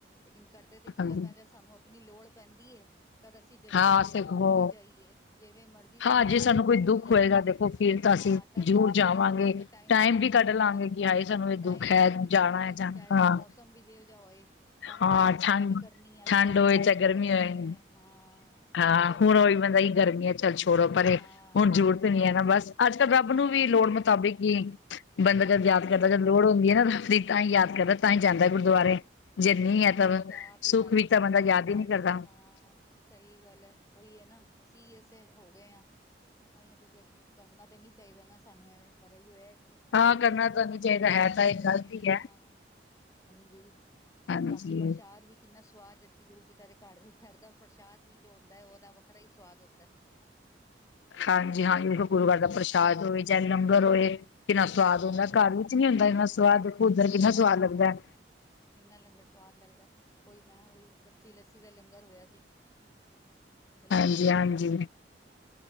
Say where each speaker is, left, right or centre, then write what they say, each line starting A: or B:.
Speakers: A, on the left (about 20°); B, on the left (about 80°).
A: ਲੇਕਿਨ ਕਰਦੇ 'ਤੇ ਗਲਤ
B: ਹਾਂਜੀ
A: ਹੈ, ਜਾਂ ਸਾਨੂੰ ਆਪਣੀ ਲੋੜ ਪੈਂਦੀ ਏ। ਤਦ ਅਸੀਂ ਜ਼ਰੂਰ
B: ਹਾਂ
A: ਜਿਵੇਂ
B: ਸਿੱਖੋ
A: ਮਰਜੀ ਜਾਈਏ, ਜਿਵੇਂ ਮਰਜ਼ੀ ਜਾਈਏ,
B: ਹਾਂ ਜੇ ਸਾਨੂੰ
A: ਜੋ
B: ਕੋਈ ਦੁੱਖ
A: ਹੋ ਜਾਏ।
B: ਹੋਏਗਾ ਦੇਖੋ ਫਿਰ ਅਸੀਂ
A: ਹਾਂ, ਤਾਂ
B: ਜ਼ਰੂਰ
A: ਦੇਖੋ
B: ਜਾਵਾਂਗੇ
A: ਫੇਰ ਅਸੀਂ ਕਿਵੇਂ ਟਾਈਮ ਨਿਕਾਲਣਾ।
B: ਵੀ ਕੱਢ
A: ਲੇ ਆਜਾ
B: ਲਾਂਗੇ
A: ਜਿਨ
B: ਕਿ ਹਾਏ ਸਾਨੂੰ ਇਹ
A: ਟਾਈਮ
B: ਦੁੱਖ
A: ਵੀ
B: ਹੈ
A: ਕੱਢ ਲਾਗੇ,
B: ਜਾਣਾ ਹੈ ਜਾਣਾ
A: ਚਾਹੇ
B: ਹਾਂ
A: ਮੌਸਮ ਵੀ ਜਿਹਾ ਹੋਏ ਐਵੇਂ
B: ਹਾਂ
A: ਬਣ। ਨਹੀਂ,
B: ਠੰਡ
A: ਮੈਂ ਵੀ ਕਰਨੀ ਆਂ। ਕਿ
B: ਠੰਡ
A: ਗਰਮੀ
B: ਹੋਏ ਚਾਹੇ
A: ਹੈ, ਗਰਮੀ
B: ਹੋਏ
A: ਹੈ ਹਾਂ।
B: ਹਾਂ
A: ਐਵੇਂ ਕਰਨੀ
B: ਹੁਣ ਉਹੀ
A: ਆ ਮੈਂ
B: ਬੰਦਾ
A: ਵੀ
B: ਈ ਗਰਮੀਆਂ ਚੱਲ ਛੋੜੋ ਪਰੇ,
A: ਹਾਂ
B: ਹੁਣ ਜ਼ਰੂਰਤ
A: ਹਾਂ
B: ਨਈ ਹੈ, ਨਾ ਬਸ ਅੱਜ ਕੱਲ੍ਹ ਰੱਬ ਨੂੰ
A: ਉਹੀ
B: ਵੀ ਲੋੜ
A: ਹੈ ਨਾ
B: ਮੁਤਾਬਿਕ ਹੀ, ਬੰਦਾ ਜਦ
A: ਬਸ
B: ਯਾਦ
A: ਉਹੀ
B: ਕਰਦਾ ਜਦ ਲੋੜ ਹੁੰਦੀ ਹੈ, ਨਾ ਤਾਂ ਹੀ ਯਾਦ ਕਰਦਾ। ਤਾਂ ਹੀ ਜਾਂਦਾ। ਗੁਰਦੁਆਰੇ ਜਿੰਨੀ
A: ਗੁਰੂ
B: ਹੈ, ਤਾਂ
A: ਪਿਤਾ ਆਪ ਹੀ
B: ਸੁੱਖ
A: ਰਾਖਾ
B: ਵਿੱਚ ਤਾਂ
A: ਹੈ ਸੱਚੇ
B: ਬੰਦਾ ਯਾਦ
A: ਪਾਤਸ਼ਾਹ
B: ਹੀ ਨਹੀਂ ਕਰਦਾ।
A: ਹਾਂ ਸਹੀ ਗੱਲ ਹੈ, ਉਹੀ ਹੈ, ਨਾ ਅਸੀਂ ਅਸੇ ਹੋ ਗਏ ਹਾਂ। ਇੱਹੀ ਤੇ ਫੇਰ ਕਰਨਾ ਤਾਂ ਨੀ ਚਾਹੀਦਾ ਨਾ, ਸਾਨੂੰ ਐਵੇਂ ਪਰ ਇਹੀ ਹੋਇਆ।
B: ਹਾਂ
A: ਉਹਦੀ ਨੀਚ
B: ਕਰਨਾ
A: ਕਰਮ
B: ਤਾਂ ਨੀ ਚਾਹੀਦਾ
A: ਮੇਰੇ
B: ਹੈ
A: ਵੀ
B: ਤਾਂ
A: ਬਣੇ
B: ਇਹ
A: ਹੋਏ
B: ਗ਼ਲਤ
A: ਨੇ,
B: ਹੀ ਹੈ
A: ਹਾਂ ਜੀ
B: ਹਾਂਜੀ
A: ਬਾਕੀ ਪ੍ਰਸ਼ਾਦ ਵੀ, ਕਿੰਨਾ ਸਵਾਦ ਜਦਕਿ ਗੁਰੂ ਪਿਤਾ ਦੇ ਘਰ ਦੇ ਚੜਦਾ ਪ੍ਰਸ਼ਾਦ ਵੀ ਜੋ ਹੁੰਦਾ ਹੈ। ਉਹਦਾ ਵੱਖਰਾ ਹੀ ਸਵਾਦ ਹੁੰਦਾ।
B: ਹਾਂਜੀ, ਹਾਂਜੀ ਗੁਰੂ ਘਰ ਦਾ ਪ੍ਰਸ਼ਾਦ ਹੋਵੇ। ਚਾਹੇ ਲੰਗਰ ਹੋਏ
A: ਹਾਂਜੀ
B: ਕਿੰਨਾ ਸੁਆਦ
A: ਲੰਗਰ
B: ਹੁੰਦਾ।
A: ਹੋਏ
B: ਘਰ
A: ਉਹਦਾ
B: ਵਿੱਚ ਨਹੀਂ ਹੁੰਦਾ, ਇਨ੍ਹਾਂ
A: ਤੇ ਵੱਖਰੇ
B: ਸੁਆਦ ਦੇ ਉਧਰ ਕਿੰਨਾ
A: ਨਾ
B: ਸੁਆਦ ਲੱਗਦਾ।
A: ਨਾ ਕਿੰਨਾ ਲੰਗਰ ਸਵਾਦ ਲੱਗਦਾ, ਓਈ ਮੈਂ ਓਈ ਕੱਚੀ ਲੱਸੀ ਦਾ ਲੰਗਰ ਹੋਇਆ ਸੀ। ਹੈਲੋ
B: ਹਾਂਜੀ -ਹਾਂਜੀ